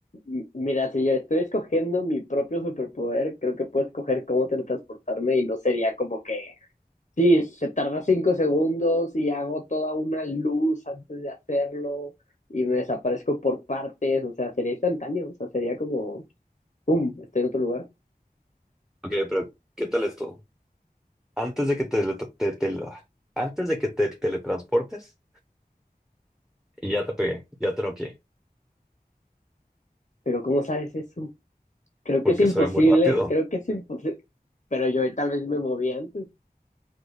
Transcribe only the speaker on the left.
M- Mira, si yo estoy escogiendo mi propio superpoder, creo que puedo escoger cómo teletransportarme y no sería como que Sí, se tarda cinco segundos y hago toda una luz antes de hacerlo y me desaparezco por partes, o sea, sería instantáneo, o sea, sería como, ¡pum!, estoy en otro lugar.
Pero ¿cómo sabes eso? Creo
que es imposible,
creo que es imposible, pero yo tal vez me moví antes,